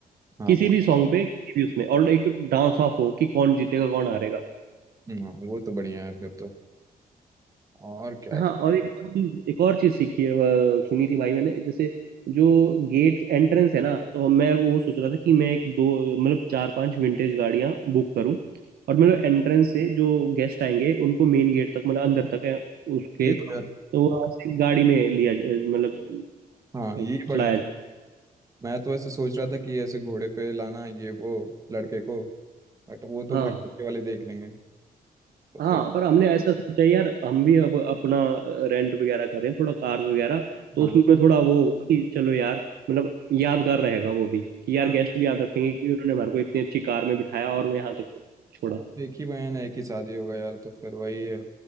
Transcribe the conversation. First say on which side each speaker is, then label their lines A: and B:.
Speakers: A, on the right; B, on the right.
A: हाँ,
B: किसी
A: वो
B: भी सॉन्ग पे किसी भी उसमें और एक डांस ऑफ हो कि कौन जीतेगा कौन हारेगा
A: हाँ, वो तो बढ़िया है फिर तो और क्या
B: हाँ और एक और चीज एक और चीज सीखी है वह सुनी थी भाई मैंने जैसे जो गेट एंट्रेंस है ना तो मैं वो सोच रहा था कि मैं एक दो मतलब चार पांच विंटेज गाड़ियां बुक करूं और मतलब एंट्रेंस से जो गेस्ट आएंगे उनको मेन गेट तक मतलब अंदर तक है उसके
A: ये तो यार
B: तो वहां से गाड़ी में लिया ज- मतलब
A: हाँ ये बढ़िया
B: चलाया जाए
A: मैं तो वैसे सोच रहा था कि ऐसे घोड़े पे लाना ये वो लड़के को बट वो तो
B: हाँ
A: भाई पीछे वाले देख लेंगे तो
B: हाँ
A: फिर
B: पर हमने ऐसा सोचा यार हम भी अब अपना रेंट वगैरह करें थोड़ा कार्स वगैरह तो
A: हाँ
B: उसमें थोड़ा वो होगा कि चलो यार मतलब यादगार रहेगा वो भी कि यार
A: हाँ
B: गेस्ट भी याद रखेंगे कि उन्होंने हमारे को इतनी अच्छी कार में बिठाया और यहाँ तक छोड़ा
A: हाँ, एक ही बहन है एक ही शादी होगा यार तो फिर वही है